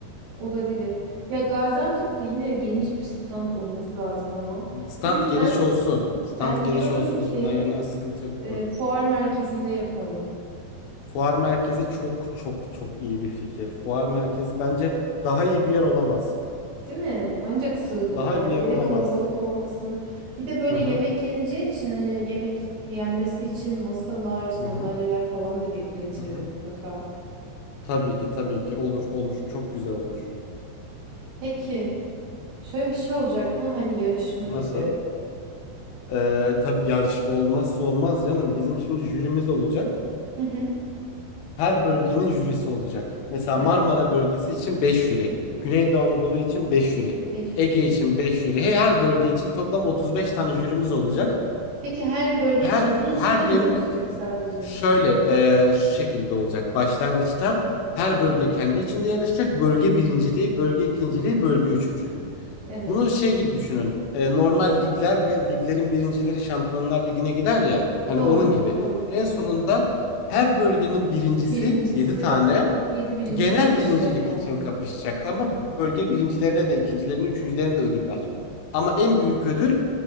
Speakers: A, on the right (about 80°); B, on the left (about 75°).
A: Olabilir. Ya Gaziantep'te yine geniş bir stand olması lazım ama.
B: Stand
A: Bu yüzden
B: geniş olsun. Stand
A: ben
B: geniş
A: diyorum
B: olsun.
A: ki
B: Ondan yana sıkıntı yok.
A: e,
B: Hı.
A: fuar merkezinde yapalım.
B: Fuar merkezi çok çok çok iyi bir fikir. Fuar merkezi bence daha iyi bir yer olamaz.
A: Değil mi? Ancak sığılır
B: Daha
A: yani.
B: iyi bir yer
A: Bir
B: olamaz.
A: de kalabalık olmasın. Bir de böyle
B: Hı
A: yemek
B: hı,
A: yeneceği için hani yemek yenmesi için masalar, sandalyeler
B: hı hı,
A: falan da ge- götürelim
B: hı hı.
A: mutlaka.
B: Tabii ki tabii ki olur olur çok güzel olur.
A: Peki şöyle bir şey olacak mı? Hani yarışma
B: Nasıl?
A: gibi.
B: Ee, tabii yarışma olmazsa olmaz canım. Bizim şimdi jürimiz olacak.
A: Hı hı.
B: Her bölgenin jürisi olacak. Mesela
A: Evet.
B: Marmara bölgesi için 5 jüri. Güneydoğu Anadolu için 5 jüri.
A: beş
B: Ege
A: euro.
B: için 5 jüri. He- Her bölge için toplam 35 tane jürimiz olacak.
A: Peki her bölge
B: Her,
A: kendi içinde
B: her gün
A: mi yarışacak sadece?
B: şöyle e, şu şekilde olacak. Başlangıçta her bölge kendi içinde yarışacak. Bölge birinciliği, bölge ikinciliği, bölge üçüncülüğü.
A: Evet.
B: Bunu şey gibi düşünün. E, normal ligler ve liglerin birincileri Şampiyonlar Ligi'ne gider ya. Hani
A: Doğru,
B: onun gibi.
A: doğru.
B: En sonunda her bölgenin birincisi
A: Birincisi
B: 7 tane
A: yedi birinci
B: genel
A: kapışacak
B: birincilik
A: yani.
B: için kapışacak. Ama bölge birincilerine de ikincilerine üçüncülerine de ödül var. Ama en büyük ödül